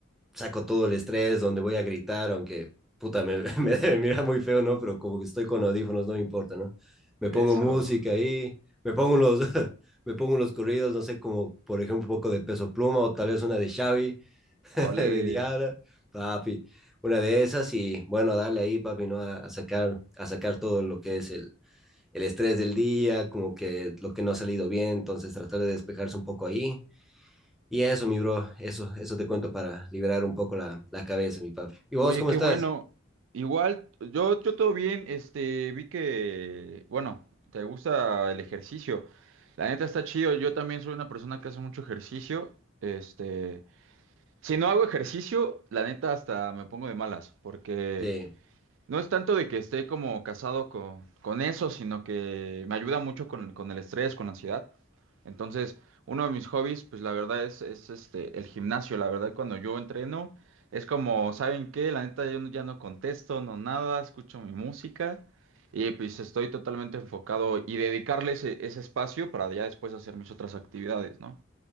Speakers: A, in the centre; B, on the right.
A: saco todo el estrés, donde voy a gritar, aunque puta, me, <laughs> me debe mirar muy feo, ¿no? Pero como que estoy con audífonos, no me importa, ¿no? Me
B: Eso.
A: pongo música ahí, me pongo los, <laughs> me pongo los corridos, no sé, como por ejemplo un poco de Peso Pluma o tal vez una de Xavi, <laughs>
B: Ole.
A: de Diabla, papi, una de esas y bueno, darle ahí, papi, ¿no? A, a sacar, a sacar todo lo que es el, el estrés del día, como que lo que no ha salido bien, entonces tratar de despejarse un poco ahí y eso, mi bro, eso, eso te cuento para liberar un poco la, la cabeza, mi papi. ¿Y vos
B: Oye,
A: cómo
B: qué
A: estás?
B: bueno. Igual, yo, yo todo bien, este, vi que, bueno, te gusta el ejercicio. La neta está chido, yo también soy una persona que hace mucho ejercicio. Este, si no hago ejercicio, la neta hasta me pongo de malas, porque
A: Sí.
B: no es tanto de que esté como casado con, con eso, sino que me ayuda mucho con, con el estrés, con la ansiedad. Entonces, uno de mis hobbies, pues la verdad es, es este, el gimnasio. La verdad, cuando yo entreno, es como, ¿saben qué? La neta, yo no- ya no contesto, no nada, escucho mi música y pues estoy totalmente enfocado y dedicarle ese, ese espacio para ya después hacer mis otras actividades, ¿no?